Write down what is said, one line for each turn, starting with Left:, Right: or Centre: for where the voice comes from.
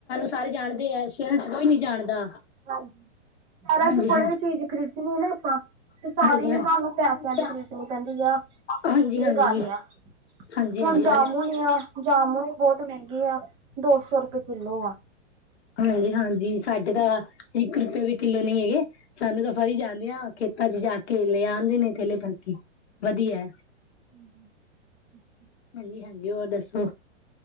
Left: ਸਾਰੇ ਜਾਣਦੇ ਐ, ਸਹਿਰਾ ਚ ਕੋਈ ਨੀ ਜਾਣਦਾ
Right: <inaudible> <inaudible> ਸਹਿਰਾ
Left: ਹਾਂਜੀ
Right: ਚ ਕੋਈ
Left: ਹਾਂ
Right: ਵੀ ਚੀਜ਼ ਖਰੀਦਨੀ ਨਾ ਆਪਾ ਤੇ ਸਾਰੀ
Left: ਹਾਂਜੀ ਹਾਂ
Right: ਹੀ ਸਾਨੂੰ ਪੈਸਿਆਂ ਦੀ ਖਰੀਦ ਓਹ ਕੈਂਦੀ ਆ।
Left: ਹਾਂਜੀ ਹਾਂਜੀ
Right: ਇਹ ਗੱਲ ਆ,
Left: ਹਾਂਜੀ
Right: ਹੁਣ
Left: ਹਾਂਜੀ ਹਾਂਜੀ
Right: ਜਾਮੁਨ ਆ ਜਾਮੁਨ ਬਹੋਤ ਮਹਿੰਗੇ ਆ। ਦੋ ਸੌ ਰੁਪਏ ਕਿੱਲੋ ਆ।
Left: ਹਾਂਜੀ-ਹਾਂਜੀ ਸਾਡੇ ਤਾਂ, ਇੱਕ ਰੁਪਏ ਵੀ ਕਿੱਲੋ ਨੀ ਹੈਗੇ। ਸਾਨੂੰ ਤਾਂ ਫਲੀ ਜਾਂਦੇ ਆਂ, ਖੇਤਾਂ ਚ ਜਾ ਕੇ ਲੈ ਆਂਦੇ ਨੇ ਥੈਲੇ ਭਰ ਕੇ, ਵਦੀਆ ਏ।
Right: <unintelligible>
Left: ਹਾਂਜੀ-ਹਾਂਜੀ ਹੋਰ ਦੱਸੋ,